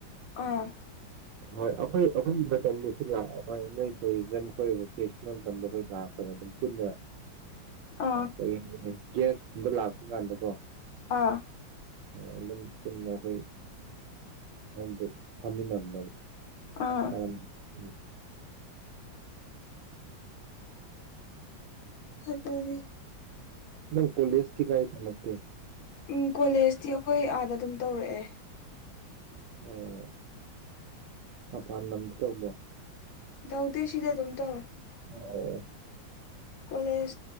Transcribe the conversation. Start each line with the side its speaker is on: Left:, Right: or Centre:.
Left: ꯑꯥ
Right: ꯍꯣꯏ ꯑꯩꯈꯣꯏ ꯑꯩꯈꯣꯏꯒꯤ ꯃꯇꯝꯗꯨꯁꯨ ꯌꯥ ꯍꯣꯏ ꯅꯣꯏ ꯇꯨꯔꯤꯖꯝ ꯑꯩꯈꯣꯏ ꯚꯣꯀꯦꯁꯅꯦꯜ ꯇꯝꯕ ꯑꯩꯈꯣꯏ ꯂꯥꯛꯄꯅꯦ ꯑꯗꯨꯝ ꯄꯨꯟꯅ
Left: ꯑꯥ
Right: ꯀ ꯒ꯭ꯌꯥꯁꯀꯨꯝꯕ ꯂꯥꯛꯄ ꯀꯥꯟꯗꯀꯣ
Left: ꯑꯥ
Right: ꯑꯗꯨꯝ ꯄꯨꯟꯅ ꯑꯩꯈꯣꯏ ꯑꯗ ꯐꯝꯃꯤꯟꯅꯕꯅꯦꯕ
Left: ꯑꯥ
Right: ꯑ ꯎꯝ
Left: ꯍ ꯀꯅꯤ
Right: ꯅꯪ ꯀꯣꯂꯦꯖꯇꯤ ꯀꯥꯏ ꯇꯝꯃꯛꯀꯦ
Left: ꯎꯝ ꯀꯣꯂꯦꯖꯗꯤꯈꯣꯏ ꯑꯗꯨꯝ ꯇꯧꯔꯛꯑꯦ
Right: ꯑꯣ ꯃꯄꯥꯟ ꯂꯝꯗ ꯇꯧꯕꯃꯣ
Left: ꯊꯗꯥꯎꯗꯁꯤꯗ ꯇꯝꯇ
Right: ꯑ <unintelligible> <inaudible>
Left: ꯀꯣꯂꯦꯖ